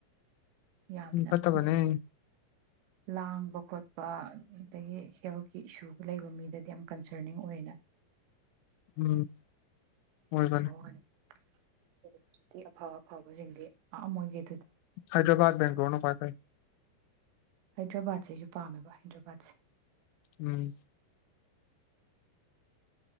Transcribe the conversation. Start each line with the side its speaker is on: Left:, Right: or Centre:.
Right: ꯌꯥꯝꯅꯗꯤ
Left: ꯎꯝ ꯐꯠꯇꯕꯅꯦ
Right: ꯂꯥꯡꯕ ꯈꯣꯠꯄ ꯑꯗꯒꯤ ꯍꯦꯜꯠꯀꯤ ꯏꯁꯨ ꯂꯩꯕ ꯃꯤꯗꯗꯤ ꯌꯥꯝ ꯀꯟꯁꯔꯅꯤꯡ ꯑꯣꯏꯅ ꯑꯣꯏꯅ
Left: ꯎꯝ ꯑꯣꯏꯣꯏꯕꯅꯤ
Right: ꯋꯥꯅꯤ ꯌꯨꯅꯤꯚꯔꯁꯤꯇꯤ ꯑꯐ ꯑꯐꯕꯁꯤꯡꯗꯤ ꯑ ꯑꯣꯏꯒꯦ
Left: ꯍꯥꯏꯗ꯭ꯔꯕꯥꯗ ꯕꯦꯡꯒ꯭ꯂꯣꯔꯅꯣ ꯐꯥꯏ ꯐꯥꯏ
Right: ꯍꯥꯏꯗ꯭ꯔꯕꯥꯠꯁꯦ ꯑꯩꯁꯨ ꯄꯥꯝꯃꯦꯕ ꯍꯥꯏꯗ꯭ꯔꯕꯥꯠꯁꯦ
Left: ꯎꯝ